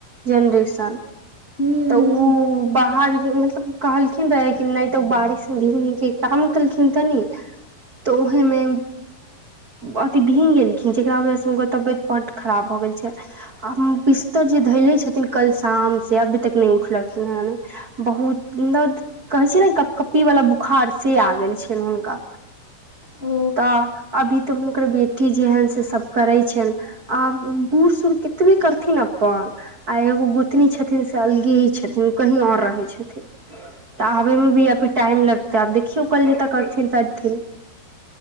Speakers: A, on the right; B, on the left.
A: जेनरेशन
B: हूँ
A: तऽ
B: हूँ
A: ओ बाहर मतलब कहलखिन रहै कि नहि तऽ ओ बारिश दिन के काम केलखिन तनी तऽ उहिमे अथि भिंग गेलखिन जकरा वजहसँ हुनकर तबियत बड्ड खराब भऽ गेल छै आ बिस्तर जे धैले छथिन कल शाम से अभी तक नहि उठलखिन हेन बहुत मतलब कहे छै ने कप कप्पी वाला बुखार से आ गेल छै हुनका
B: ओ
A: तऽ अभी तऽ हुनक बेट टी जे हेन से सब करै छ आब बूढ़ सूढ़ केतबे करथिन अपन आ एगो गोतनी छथिन से अलगे ही छथिन ओ कहीं आओर रहै छथिन तऽ आबे मे भी अभी टाईम लगतै आब देखियौ कल्हे तक अबथिन त अबथिन